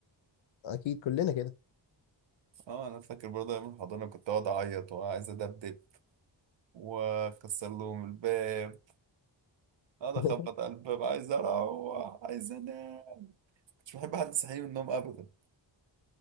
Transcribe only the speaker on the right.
أه أنا فاكر برضه أيام الحضانة كنت أقعد أعيط وعايز أدبدب وأكسر لهم الباب أقعد
أخبط على الباب عايز أروح عايز أنام مش بحب حد يصحيني من النوم أبدا